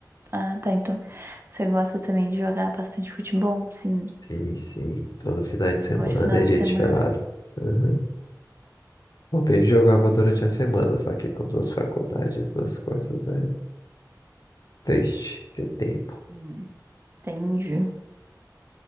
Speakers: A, on the right; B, on the left.
A: Ah, tá. Então, você gosta também de jogar bastante futebol, sim,
B: Sim, sim. Todo final de semana
A: pode final
B: é
A: de
B: dia
A: semana.
B: de pelada. Uhum. Bom, eu jogava durante a semana, só que com duas faculdades, duas coisas, é triste ter tempo.
A: Hum, entendi.